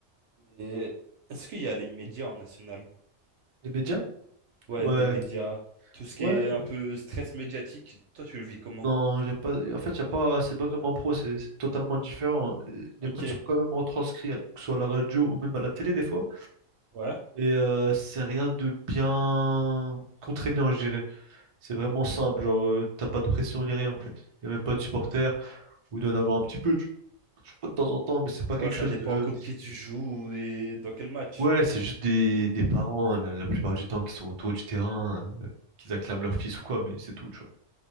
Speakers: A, on the right (about 70°); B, on the right (about 45°).
A: Et est-ce qu'il y a les médias en national?
B: Les médias?
A: Ouais,
B: Ouais,
A: des médias, tout ce qui
B: ouais.
A: est un peu stress médiatique. Toi, tu le vis comment?
B: Non, j'ai pas. En fait, y a pas. C'est pas comme en pro, c'est c'est totalement différent. Les
A: Ok,
B: matchs sont quand même retranscrits, hein, que ce soit à la radio ou même à la télé des fois.
A: ouais.
B: Et euh, c'est rien de bien contraignant, je dirais. C'est vraiment simple, genre euh, t'as pas de pression ni rien en fait. Y a même pas de supporters, ou d'en avoir un petit peu, tu, tu vois, de temps en temps, mais c'est pas quelque
A: Ouais, ça
B: chose
A: dépend
B: de
A: contre qui tu joues et dans quel match.
B: Ouais, c'est juste des, des parents, la, la plupart du temps, qui sont autour du terrain, euh, qu'ils acclament leur fils ou quoi, mais c'est tout, tu vois.